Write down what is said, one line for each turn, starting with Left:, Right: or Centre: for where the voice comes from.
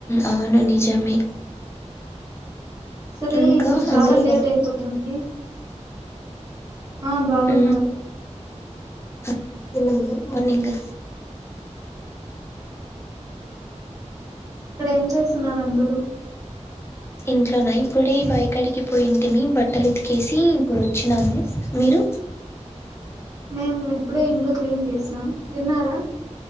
Left: అవును నిజమే
Right: సరే
Left: ఇంకా
Right: ఇప్పుడు చాల
Left: అందరూ
Right: లేట్
Left: బాగున్నా
Right: అయిపోతుంది ఆ బాగున్నారు
Left: ఉమ్ <unintelligible> మార్నింగ్
Right: అక్కడ ఏం చేస్తున్నారు అందరూ
Left: ఇంట్లోన ఇప్పుడే బాయి కడికి పోయింటిమి బట్టలు ఉతికేసీ ఇప్పుడు ఒచ్చినాము మీరు
Right: మేము ఇప్పుడే ఇల్లు క్లీన్ చేసినాం తిన్నార